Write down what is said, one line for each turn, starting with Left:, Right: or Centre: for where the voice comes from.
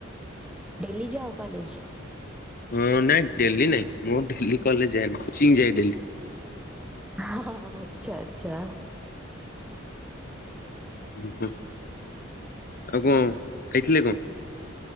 Centre: ଡେଲି ଯାଅ କଲେଜ?
Left: ହଁ ନାଇଁ ଡେଲି ନାଇଁ ମୁଁ ଡେଲି କଲେଜ ଯାଏନି। କୋଚିଂ ଯାଏ ଡେଲି।
Centre: ହଁ ଆଛା ଆଚ୍ଛା।
Left: ହୁଁ ହୁଁ, ଆଉ କଣ ଖାଇଥିଲେ କଣ?